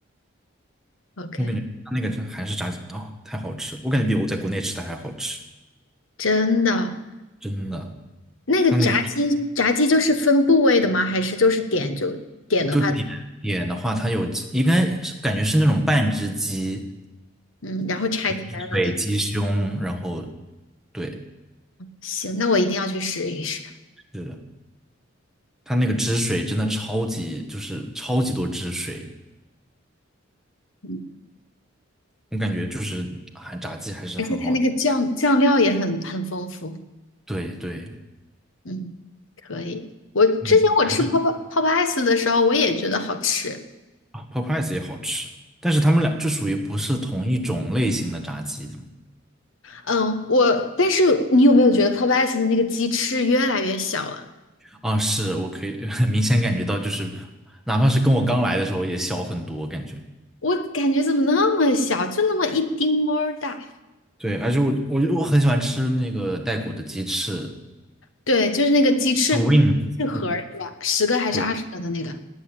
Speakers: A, on the left; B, in the centre.
A: OK，
B: 我感觉它那个炸韩式炸鸡哦，太好吃了，我感觉比我在国内吃的还好吃，
A: 真的，
B: 真的。
A: 那个炸鸡，
B: 它那个
A: 炸鸡就是分部位的吗？还是就是点就点的话，
B: 就点点的话，它有应该是感觉是那种半只鸡、
A: 嗯，然后拆开了的。
B: 鸡腿、鸡胸，然后对，
A: 行，那我一定要去试一试。
B: 是的。它那个汁水真的超级，就是超级多汁水，
A: 嗯，
B: 我感觉就是还炸鸡还是很好吃，
A: 而且它那个酱酱料也很很丰富。
B: 对对，
A: 嗯，可以。我之前我吃泡泡泡泡
B: 我感觉还是
A: ice 的时候，我也觉得好吃。
B: 啊泡 o p 也好吃，但是他们俩就属于不是同一种类型的炸鸡
A: 嗯，我但是你有没有觉得泡泡 ice 的那个鸡翅越来越小了？
B: 啊，是我可以 <laughs> 很明显感觉到，就是哪怕是跟我刚来的时候也小很多，我感觉
A: 我感觉怎么那么小，就那么一丁么儿大。
B: 对，而且我我就我很喜欢吃那个带骨的鸡翅
A: 对，就是那个鸡翅翅盒儿是吧？
B: w i n g
A: 十个还是二十个的那个，
B: 对，